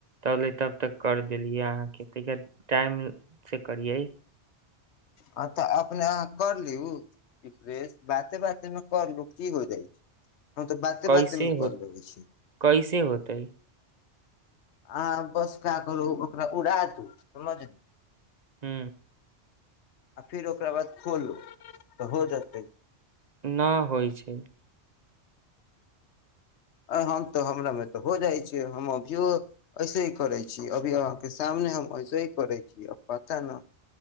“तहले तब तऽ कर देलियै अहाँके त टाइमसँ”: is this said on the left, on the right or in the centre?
Right